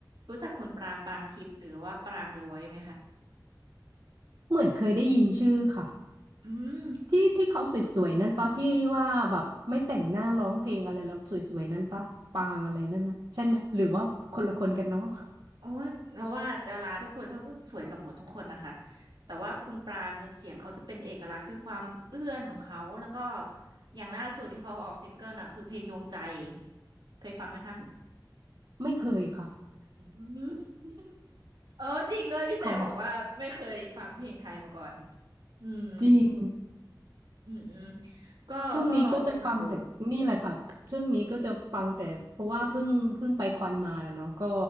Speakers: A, on the right; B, on the right.
A: รู้จักคุณปรางปรางทิพย์หรือว่าปรางเดอะไว c ์ไหมคะ
B: เหมือนเคยได้ยินชื่อค่ะ
A: อืม
B: ที่ที่เขาสวยๆนั่นปะที่ว่าแบบไม่แต่งหน้าร้องเพลงอะไรแล้วสวยๆนั่นปะปางอะไรนั่นนะใช่ไหมหรือว่าคนละคนกันเนาะ
A: โอ้ยเราว่าดาราทุกคนเขาก็สวยกับหมดทุกคนนะคะแต่ว่าคุณปรางเสียงเขาจะเป็นเอกลักษณ์ด้วยความเอื้อนของเขาแล้วก็อย่างล่าสุดที่เขาออกซิงเกิลน่ะคือเพลงดวงใจเคยฟังไหมคะ
B: ไม่เคยค่ะ
A: อืมเออจริงด้วยพี่แต่บอกว่าไม่เคยฟังเพลงไทยมาก่อน
B: ขอ
A: อืม
B: <laughs> จริง
A: อืมอืมก็ก็ลองไปฟังดู
B: ช่วงนี้ก็จะฟังแต่นี่แหละค่ะช่วงนี้ก็จะฟังแต่เพราะว่าเพิ่งเพิ่งไปคอนมานะเนาะก็